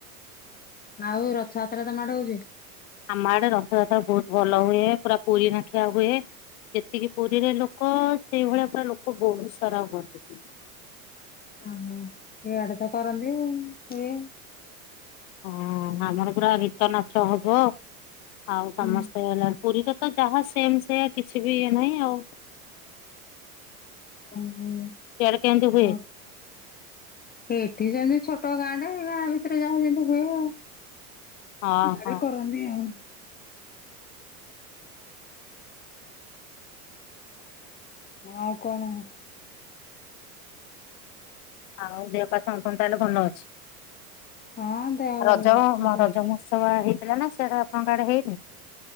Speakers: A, on the left; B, on the left.
A: ଆଉ ରଥଯାତ୍ରା ତମ ଆଡେ ହଉଛି।
B: ଆମ ଆଡେ ରଥଯାତ୍ରା ବହୁତ ଭଲ ହୁଏ। ପୁରା ପୁରୀ ନଖିଆ ହୁଏ। ଯେତିକି ପୁରୀରେ ଲୋକ। ସେଇଭଳିଆ ପୁରା ଲୋକ ବହୁତ ସାରା ହୁଅନ୍ତି।
A: ଓହୋ ହେଆଡେ ତ କରନ୍ତି ସିଏ
B: ହଁ ଆମର ପୁରା ଗୀତ ନାଚ ହବ ଆଉ
A: ହୁଁ
B: ସମସ୍ତେ ହେଲା ପୁରୀର ତ ଯାହା ସେମ୍ ସେ କିଛି ବି ଇଏ ନାହିଁ ଆଉ।
A: ଓହୋ <inaudible>
B: ସିଆଡେ କେମିତି ହୁଏ?
A: ଏଠି ଯେମିତି ଛୋଟ ଗାଁ ଟେ ଗାଁ ଭିତରେ ଯାହା ଯେମିତି ହୁଏ ଆଉ।
B: ହଁ
A: ଆରେ
B: ହଁ।
A: କରନ୍ତିି ଆଉ। ଆଉ କଣ?
B: ଆଉ ଦେହ ପା ସମସ୍ତଙ୍କର ତାହେଲେ ଭଲ ଅଛି।
A: ହଁ ଦେହ ଭଲ
B: ରଜ
A: ଅଛି
B: ମ
A: ସେ
B: ରଜ ମହୋତ୍ସବ ହେଇଥିଲା। ନା ସେଟା ଆପଣଙ୍କ ଆଡେ ହେଇନି?